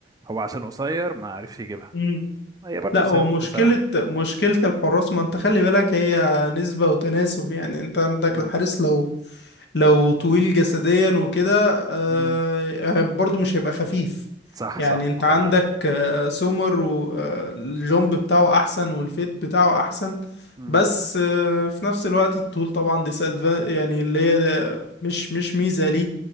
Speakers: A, on the right (about 20°); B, on the left (about 70°).
A: هو عشان قصير ما عرفش يجيبها
B: امم
A: هي برضه
B: لا
A: صاروخ
B: هو مشكلة
A: بصراحة
B: مشكلة الحراس ما انت خلي بالك هي نسبة وتناسب يعني انت عندك
A: امم
B: الحارس لو لو طويل جسديا وكده آه
A: امم
B: برضه مش هيبقى خفيف
A: صح
B: يعني
A: صح
B: انت
A: عندك
B: عندك
A: حق
B: آه سومر والجومب بتاعه احسن والفيت بتاعه احسن
A: امم
B: بس آه، في نفس الوقت الطول طبعا دي disadvan- يعني اللي هي ده مش مش ميزة ليه